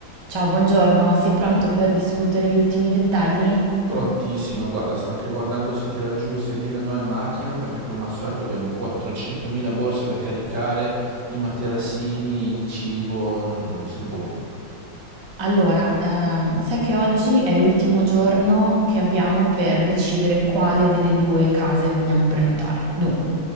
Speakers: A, on the right; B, on the right.
A: Ciao, buongiorno, sei pronto per discutere gli ultimi dettagli?
B: Prontissimo, guarda, sto anche guardando se tira giù il sedile o no in macchina perché come al solito abbiamo 400.000 borse da caricare, i materassini, il cibo, non se ne può più.
A: Allora, ehm, sai che oggi è l'ultimo giorno che abbiamo per decidere quale delle due case vogliamo prenotare. Dunque,